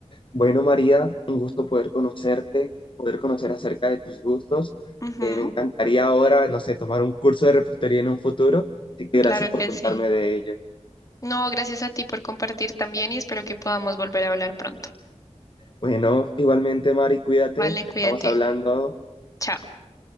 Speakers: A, on the left (about 45°); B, on the left (about 30°).
A: Bueno, María, un gusto poder conocerte, poder conocer acerca de tus gustos.
B: Ujú,
A: Eh, me encantaría ahora, no sé, tomar un curso de repostería en un futuro, así que
B: claro
A: gracias por
B: que
A: contarme
B: sí.
A: de ello.
B: No, gracias a ti por compartir también y espero que podamos volver a hablar pronto.
A: Bueno, igualmente, Mari, cuídate,
B: Vale, cuídate.
A: estamos hablando.
B: Chao.